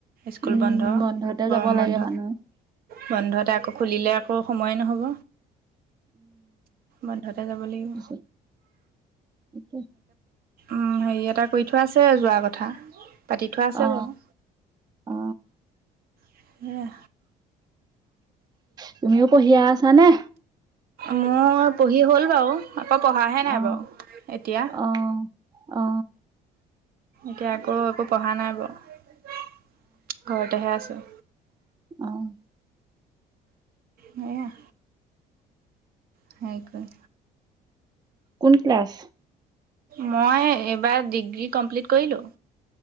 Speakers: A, on the right; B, on the right.
A: স্কুল
B: উম
A: বন্ধ
B: বন্ধতে যাব
A: গৰম
B: লাগে
A: বন্ধ
B: মানুহ
A: বন্ধত তাতে আকৌ খুলিলে আকৌ সময়ে নহ'ব বন্ধতে যাব। লাগিব
B: ে <inaudible>
A: উম হেৰি এটা কৰি থোৱা আছে যোৱা কথা। পাতি থোৱা আছে
B: অ
A: বাৰু
B: অ
A: সে
B: তুমিও পঢ়ি এহ আছানে
A: মোৰ পঢ়ি হ'ল বাৰু আকৌ পঢ়াহে নাই
B: অ
A: বাৰু এতিয়া
B: অ অ
A: এতিয়া আকৌ একো পঢ়া নাই বাৰু ঘৰতেহে আছোঁ।
B: অহ
A: সেয়াহ সেই কৰি লবা
B: কোন ক্লাছ
A: মই এইবাৰ ডিগ্ৰী কমপ্লিট কৰিলোঁ।